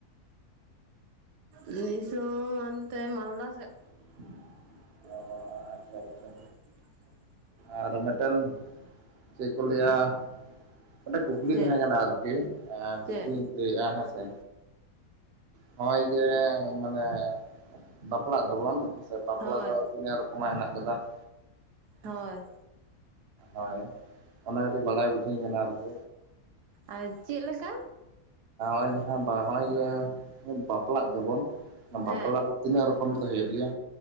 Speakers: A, on the right; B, on the right.
A: ᱫᱤᱥᱚᱢ ᱦᱟᱱᱛᱮ ᱢᱟᱞᱫᱟ ᱥᱮᱜ
B: <unintelligible>
A: <inaudible>
B: ᱟᱪᱪᱷᱟ ᱟᱪᱪᱷᱟ ᱟᱨ ᱢᱤᱫᱴᱮᱱ ᱪᱮᱫ ᱠᱚ ᱞᱟᱹᱭᱟ ᱢᱤᱫᱴᱮᱡ ᱠᱩᱠᱞᱤ
A: ᱪᱮᱫ
B: ᱛᱟᱦᱮᱸ ᱠᱟᱱᱟ ᱟᱨᱠᱤ ᱠᱩᱠᱞᱤᱧ
A: ᱪᱮᱫ
B: ᱞᱟᱹᱭᱮᱫᱼᱟ ᱦᱮᱸᱥᱮ ᱱᱚᱜᱼᱚᱭ ᱡᱮ ᱢᱟᱱᱮ ᱵᱟᱯᱞᱟᱜ ᱫᱚᱵᱚᱱ ᱥᱮ ᱵᱟᱯᱞᱟ
A: ᱦᱳᱭ
B: ᱫᱚ ᱛᱤᱱᱟᱹᱜ ᱨᱚᱠᱚᱢ ᱟ <unintelligible>
A: ᱦᱳᱭ
B: ᱦᱳᱭ ᱚᱱᱟ ᱠᱟᱹᱴᱤᱡ ᱵᱟᱲᱟᱭ ᱵᱩᱡᱷᱟᱹᱣᱤᱧ ᱢᱮ ᱟᱨᱠᱤ
A: ᱟᱨ ᱪᱮᱫ ᱞᱮᱠᱟ
B: ᱟᱨ ᱡᱟᱦᱟᱸ ᱱᱚᱜᱚᱭ ᱵᱟᱯᱞᱟᱜ ᱫᱚᱵᱚᱱ ᱵᱟᱯᱞᱟ
A: ᱦᱮᱸ
B: ᱫᱚ ᱛᱤᱱᱟᱹᱜ ᱨᱚᱠᱚᱢ ᱛᱮ ᱦᱩᱭᱩᱜ ᱜᱮᱭᱟ